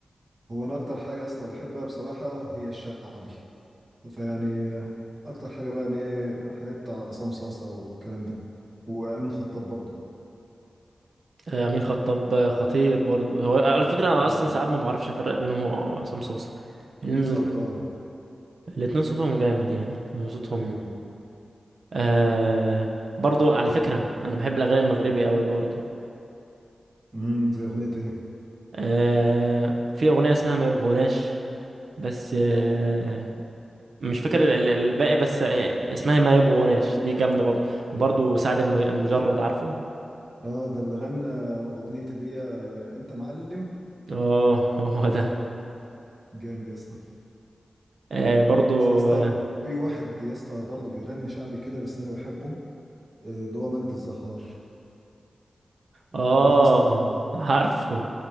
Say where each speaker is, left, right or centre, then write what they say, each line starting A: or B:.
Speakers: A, on the right; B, on the right.
A: هو أنا أكتر حاجة يا اسطى بحبها بصراحة هي الشعبي فيعني آه، أكتر حاجة بقى اللي هي حاجات بتاع عصام صاصة والكلام ده وأمين خطاب برضه
B: آه أمين خطاب آه، خطير برضو هو على فكرة أنا
A: آه.
B: أصلا ساعات ما بعرفش أفرق بينه وهو عصام صاصا لأن
A: بالظبط آه
B: الاتنين صوتهم جامد يعني صوتهم
A: أيوه
B: آه برضو على فكرة أنا بحب الأغاني المغربي أوي برضو
A: مم. زي أغنية إيه
B: آه في أغنية اسمها ما يبغوناش بس آه مش فاكر ال- ال- الباقي بس آه اسمها ما يبغوناش دي جامدة برضو وبرضو سعد الم- المجرد عارفه
A: آه ده اللي غنى أغنية اللي هي أنت معلم
B: اه <laughs> هو ده
A: جامد يا اسطى
B: آه برضو
A: بس يا اسطى
B: اه
A: في واحد يا اسطى برضه بيغني شعبي كده بس انا بحبه اللي هو مجد الزهار
B: آه،
A: عارف يا اسطى
B: عارفه